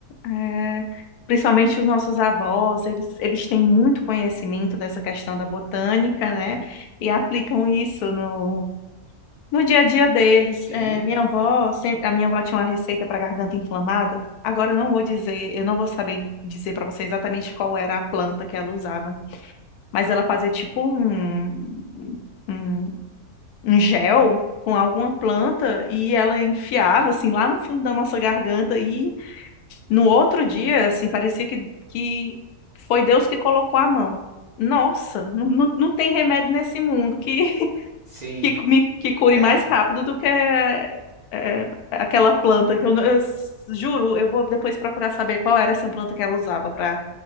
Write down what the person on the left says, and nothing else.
É, principalmente os nossos avós, eles, eles têm muito conhecimento dessa questão da botânica, né? E aplicam isso no, No dia a dia deles,
é, minha avó, sempre, a minha avó tinha uma receita para garganta inflamada. Agora eu não vou dizer, eu não vou saber dizer para você exatamente qual era a planta que ela usava, mas ela fazia tipo um, um, um gel com alguma planta e ela enfiava assim lá no fundo da nossa garganta e no outro dia, assim, parecia que, que foi Deus que colocou a mão. Nossa, não, não, não tem remédio nesse mundo que
que me que cure
mais rápido do que é, é, aquela planta que eu, não- eu s- juro, eu vou depois procurar saber qual era essa planta que ela usava para